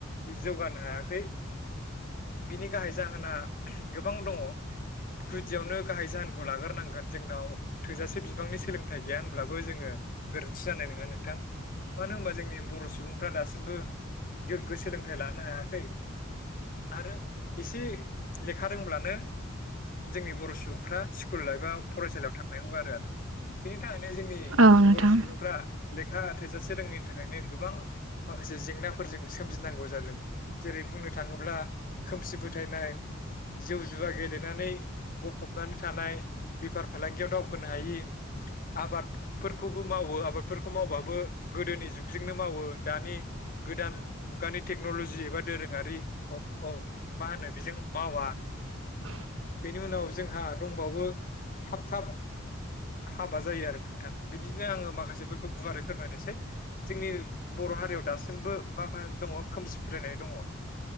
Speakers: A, on the left; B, on the right.
A: जौगानो हायाखै बिनि गाहाय जाहोना गोबां दङ गुदियावनो गाहाय जाहोन खौ लाग्रोनांगोन जोंनाव थोजासे बिबांनि सोलोंथाइ गैया होनब्लाबो जोङो गोरोन्थि जानाय नङा नोंथां। मानो होनबा जोंनि बर' सुबुंफ्रा दासिमबो गोग्गो सोलोंथाइ लानो हायाखै। आरो इसे लेखा रोंब्लानो जोंनि बर' सुबुंफ्रा स्कुल एबा फरायसालियाव थांनायखौ गारो आरो बिनि थाखाय नो जोंनि
B: औ नोंथां
A: बर' सुबुंफ्रा लेखा थोजासे रोङैनि थाखायनो गोबां माखासे जेंनाफोरजों सोमजिनांगौ जादों। जेरै बुंनो थाङोब्ला खोमसि फोथायनाय जौ जुवा गेलेनानै गफबनानै थानाय बेफार फालांगियाव दावखोनो हायि आबादफोरखौबो मावो आबादफोरखौ मावबाबो गोदोनि जुगजोंनो मावो। दानि गोदान मुगानि टेक्न'ल'जि एबा दोरोङारि अ मा होनो बेजों मावा।
B: <inaudible>
A: बेनि उनाव जोंहा दंबावो थाब थाब हाबा जायो आरो नोंथां बिदिनो आंङो माखासेफोरखौ गुवारै फोरमायनोसै जोंनि बर' हारियाव दासिमबो माखा दंङ खोमसि फोथायनाय दंङ।